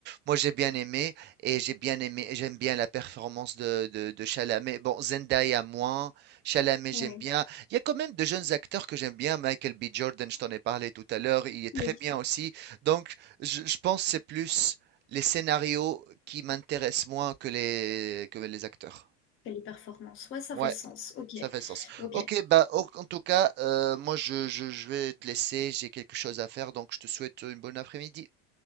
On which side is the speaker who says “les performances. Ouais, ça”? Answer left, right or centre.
Left